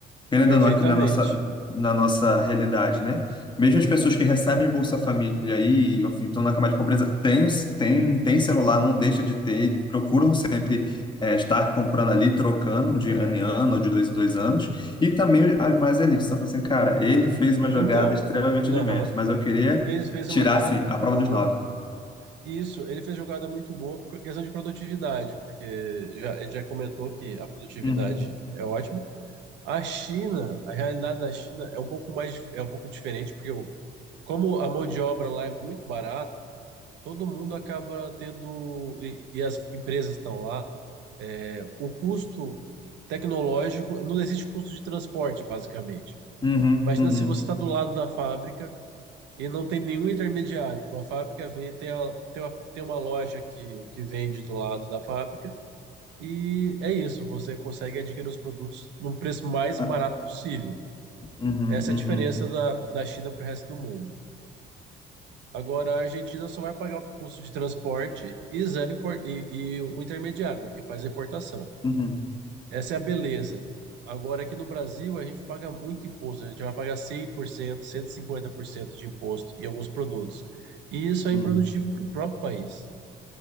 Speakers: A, on the left (about 25°); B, on the right (about 80°).
A: querendo
B: Perfeitamente.
A: ou não, aqui na nossa, na nossa realidade, né? Mesmo as pessoas que recebem Bolsa Família aí, ou enfim, estão na camada de pobreza, tem, tem, tem celular, não deixa de ter, procuram sempre eh, estar comprando ali, trocando de ano em ano, ou de dois em dois anos, e também as mais elites. Só assim, cara, ele fez uma jogada
B: Então,
A: extremamente
B: aham,
A: de mestre, mas eu queria
B: fez, fez
A: tirar,
B: uma jogada
A: assim,
B: muito
A: a prova
B: boa.
A: dos nove.
B: E Isso, ele fez jogada muito boa por questão de produtividade, porque já, ele já comentou que a produtividade
A: Uhum,
B: é ótima. A China, a realidade da China é um pouco mais, é um pouco diferente, porque o, como a mão de obra lá é muito barata, todo mundo acaba tendo, e, e as empresas estão lá, é, o custo tecnológico, não existe custo de transporte, basicamente.
A: uhum,
B: Imagina
A: uhum,
B: se você está do lado da fábrica e não tem nenhum intermediário. A fábrica vem, tem, a, tem, uma, tem uma loja que, que vende do lado da fábrica, e é isso, você consegue adquirir os produtos num preço mais
A: ah,
B: barato possível.
A: uhum,
B: Essa
A: uhum,
B: é a diferença da, da China para o resto do mundo. Agora, a Argentina só vai pagar o custo de transporte e, zero impor- e, e o intermediário, né, que faz a importação.
A: uhum,
B: Essa é a beleza. Agora, aqui no Brasil, a gente paga muito imposto. A gente vai pagar 100%, 150% de imposto em alguns produtos. E isso é improdutivo
A: uhum.
B: para o próprio país.